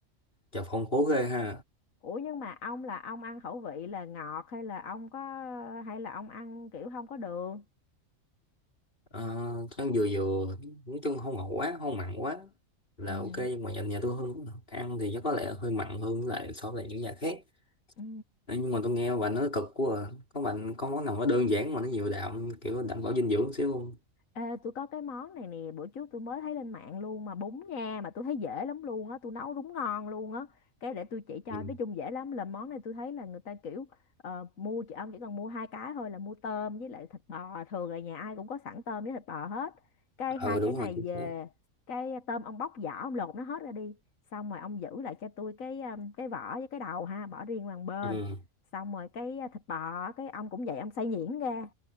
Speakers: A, on the left (about 45°); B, on the left (about 80°).
A: Chà phong phú ghê ha.
B: Ủa nhưng mà ông là ông ăn khẩu vị là ngọt hay là ông có hay là ông ăn kiểu không có đường?
A: Ờ, ăn vừa vừa, nói chung không ngọt quá, không mặn quá là
B: Ừ.
A: ok nhưng mà nhà, nhà tôi hơn ăn thì chắc có lẽ hơi mặn hơn với lại so với lại những nhà khác.
B: Ừ.
A: Ờ, Nhưng mà tôi nghe bà nói cực quá à. Có bạn có món nào nó đơn giản mà nó nhiều đạm kiểu đảm bảo dinh dưỡng xíu không?
B: Ê, tôi có cái món này nè bữa trước tôi mới thấy lên mạng luôn mà bún nha mà tôi thấy dễ lắm luôn á tôi nấu đúng ngon luôn á cái để tôi chỉ cho
A: Ừ,
B: nói chung dễ lắm là món này tôi thấy là người ta kiểu ờ, mua chị ông chỉ cần mua hai cái thôi là mua tôm với lại thịt bò thường là nhà ai cũng có sẵn tôm với thịt bò hết cái hai
A: ừ đúng
B: cái này
A: rồi chính
B: về
A: xác.
B: cái tôm ông bóc vỏ ông lột nó hết ra đi xong rồi ông giữ lại cho tôi cái um, cái vỏ với cái đầu ha bỏ riêng qua một bên
A: Ừ.
B: xong rồi cái uh, thịt bò á, cái ông cũng vậy ông xay nhuyễn ra